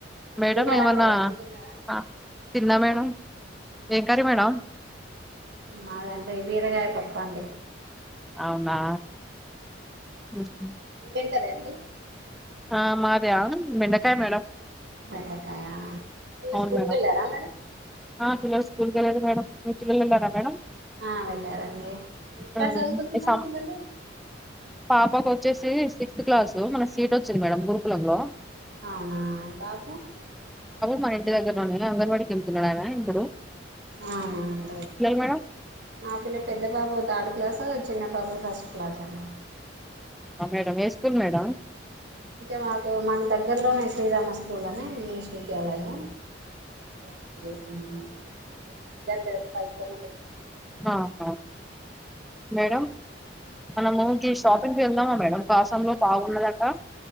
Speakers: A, in the centre; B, on the right (about 65°).
A: మేడం
B: తిన్నారా
A: ఏమన్నా
B: అండి అన్నం తిన్నారా
A: ఆ, తిన్నా మేడం ఏం కర్రీ మేడం
B: మాదా అండి బీరకాయ పప్పండి
A: అవునా ఉమ్.
B: ఏం కర్రీ <unintelligible>
A: ఆ మాది ఆ బెండకాయ మేడం
B: బెండకాయ పిల్లలు
A: అవును
B: స్కూల్
A: మేడం
B: కెళ్ళారా మేడం
A: ఆ పిల్లలు స్కూల్ కెళ్ళారు మేడం మీ పిల్లలు వెళ్లారా మేడం
B: ఆ వెళ్లారండి ఏ క్లాస్
A: ఉమ్,
B: చదువుకుంటున్నారు
A: ఈ సం-
B: పిల్లలు
A: పాపకు వచ్చేసి సిక్స్త్ క్లాస్ మన సీట్ వచ్చింది మేడమ్ గురుకులం లో
B: అవునా బాబు
A: మా ఇంటి దగర లోని అంగన్వాడికెళ్ <unintelligible>
B: ఆ <inaudible>
A: మేడం
B: మా పిల్లలు పెద్ద బాబు థర్డ్ క్లాస్ చిన్న బాబు ఫస్ట్ క్లాస్ అండి
A: మేడం ఏం స్కూల్ మేడం
B: ఇంకా మాకు మాకు దగ్గరలోనే శ్రీరామ స్కూల్ అని ఇంగ్లీష్ విద్యాలయం <inaudible> దగ్గర ఒక ఫైవ్ కిలోమీటర్స్
A: ఆ <unintelligible> మేడం మనము కి షాపింగ్కి వెళ్దామా మేడం ఫ్యాషన్ లో బాగున్నాయంటా